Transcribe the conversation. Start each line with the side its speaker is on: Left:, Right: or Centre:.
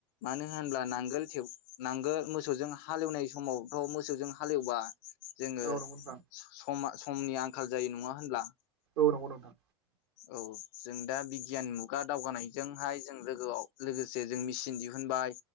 Left: मानो होनोब्ला नांगोलेब नांगोल मोसौजों हालेवनाय समावथ' मोसौजों हालेवबा जोङो
Right: औ नंगौ नोंथां
Left: स-समाज समनि आंखाल जायो नङा होनब्ला।
Right: औ नंगौ नोंथां।
Left: औ जों दा बिगियान मुगा दावगानायजोंहाय जों लोगोआव लोगोसे जों मेचिन दिहुनबाय